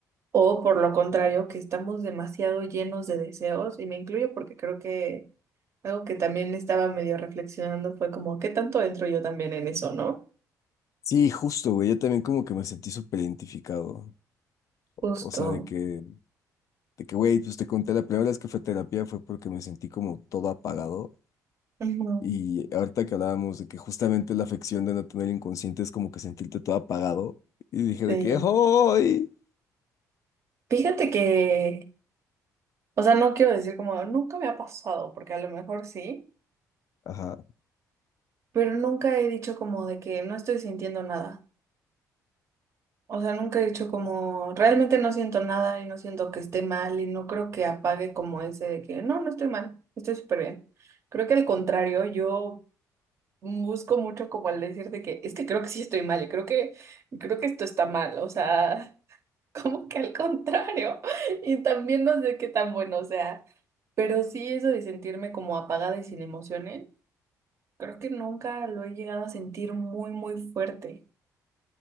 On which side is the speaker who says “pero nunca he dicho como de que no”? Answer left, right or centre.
Right